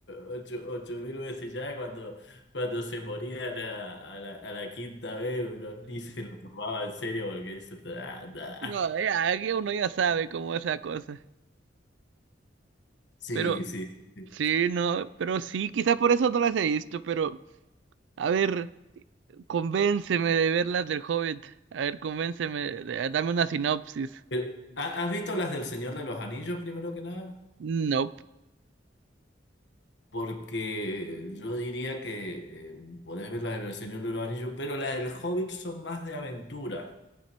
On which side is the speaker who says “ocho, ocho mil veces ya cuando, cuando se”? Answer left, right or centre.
Left